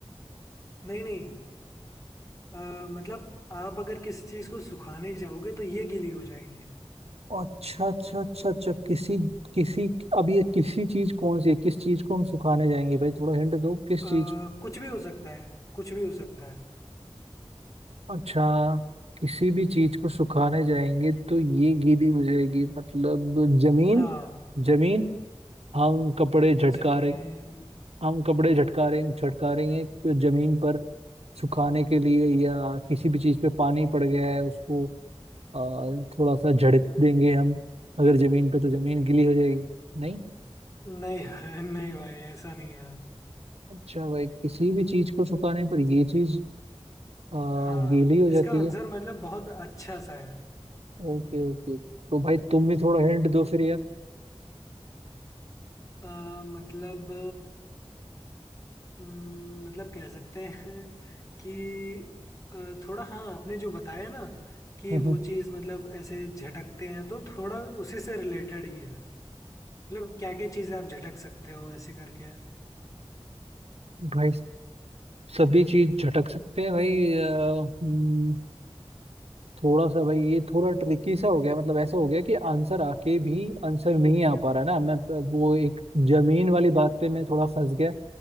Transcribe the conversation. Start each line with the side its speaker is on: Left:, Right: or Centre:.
Left: नहीं नहीं अ, मतलब आप अगर किसी चीज को सुखाने जाओगे तो ये गीली हो जाएगी
Right: अच्छा अच्छा अच्छा अच्छा किसी किसी अब ये किसी चीज कौन सी है किस चीज को हम सुखाने जाएंगे भाई थोड़ा हिंट दो किस
Left: अ,
Right: चीज
Left: कुछ भी हो सकता है कुछ भी हो सकता है
Right: अच्छा किसी भी चीज को सुखाने जाएंगे तो ये गीली हो जाएगी मतलब जमीन
Left: हाँ
Right: जमीन हम कपड़े झटका
Left: जमीन
Right: रहे हम कपड़े झटका रहे झटका रही हैं कि जमीन पर सुखाने के लिए या किसी भी चीज पे पानी पड़ गया है उसको अ, थोड़ा सा झड़क देंगे हम अगर जमीन पे तो जमीन गीली हो जाएगी नहीं
Left: नहीं <laughs> नहीं भाई ऐसा नहीं है
Right: अच्छा भाई किसी भी चीज को सुखाने पर ये चीज अ, गीली
Left: हाँ
Right: हो
Left: इसका
Right: जाती
Left: आंसर
Right: है
Left: मतलब बहुत अच्छा सा है
Right: ओके ओके तो भाई तुम भी थोड़ा हिंट दो फिर यार
Left: अ, मतलब अम, मतलब कह सकते हैं कि अ, थोड़ा हाँ आपने जो बताया ना कि
Right: हम्म,
Left: वो
Right: हम्म।
Left: चीज़ मतलब ऐसे झटकते हैं तो थोड़ा उसी से रिलेटेड ही है मतलब क्या क्या चीज़ें आप झटक सकते हो ऐसे करके
Right: भाई सभी चीज झटक सकते हैं भाई अ, हम्म, थोड़ा सा भाई ये थोड़ा ट्रिकी सा हो गया मतलब ऐसा हो गया कि आंसर आके भी आंसर नहीं आ पा रहा ना मैं वो एक जमीन वाली बात पे मैं थोड़ा फंस गया